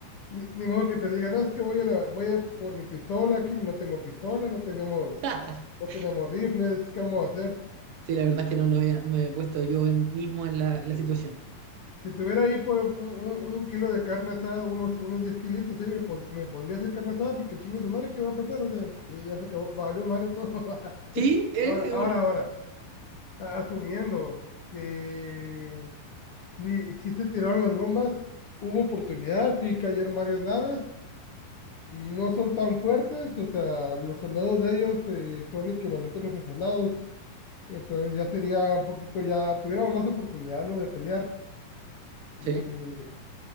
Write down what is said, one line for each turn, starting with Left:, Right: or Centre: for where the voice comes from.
Left: Ni, ni modo que te diga, no, es que voy a, la- voy a por mi pistola, aquí no tengo pistola, no tenemos,
Right: <laughs>
Left: no tenemos rifles, ¿qué vamos a hacer?
Right: Sí, la verdad es que no, no había- no me he puesto yo en- mismo en la, en la
Left: Sí.
Right: situación.
Left: Si tuviera ahí por un, un- un kilo de carne asada, unos, unos 10 kilitos, ahí me, pon- me pondría a hacer carne asada porque chingue su madre, ¿qué va a pasar? O sea, ya, ya se acabó, valió madre todo. <laughs>
Right: Sí, es
Left: Ahora, ahora,
Right: un...
Left: ahora, a- asumiendo que sí, sí se tiraron las bombas, hubo oportunidad, sí cayeron varias naves, y no son tan fuertes, o sea, los soldados de ellos eh, son equivalentes a nuestros soldados, entonces ya sería un poquito, ya tuviéramos más oportunidad, ¿no? De pelear.
Right: Sí.
Left: Eh,